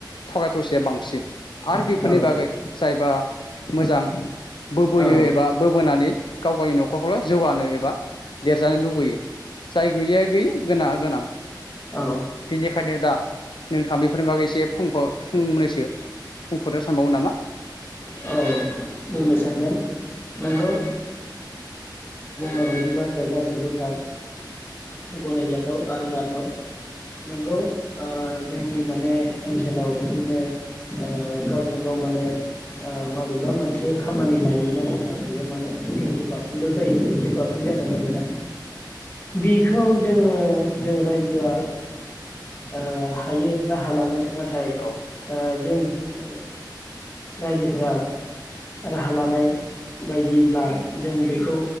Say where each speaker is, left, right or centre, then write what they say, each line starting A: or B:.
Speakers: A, on the left (about 80°); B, on the left (about 30°).
A: थगाय थसिया बांसिन आरो
B: औ
A: बेफोरनि बागै जायबा मोजां बोबोयो
B: औ
A: एबा बोबोनानै गाव गावनि न'खरखौल' जौगानो एबा देरजानो लुबैयो जाय गैयैया गैयै गोनाङा गोनां
B: औ औ
A: बेनिखायनो दा नोंथाङा बेफोरनि बागै एसे फंफा फंनैसो बुंफोरनो सानबावो नामा?
B: औ बुंनो सानगोन नंगौ बिदि बाथ्राया गासिबो थार गनायजाथाव आरो लाथाव नंगौ ओ जोंनि माने ओनसोलाव बिदिनो ओ गावजों गाव माने ओ मबेबा मोनसे खामानि लायोब्ला जोंहा बेयो माने फिफ्टि पारसेन्टल' जायो फिफ्टि पारसेन्ट जानो नागिरा बेखौ जोङो जों रायजोआ ओ हायो राहा लानो नाथाय
A: औ
B: ओ जों आरो रायजोफोरा राहा लानाय बायदिब्ला जों बेखौ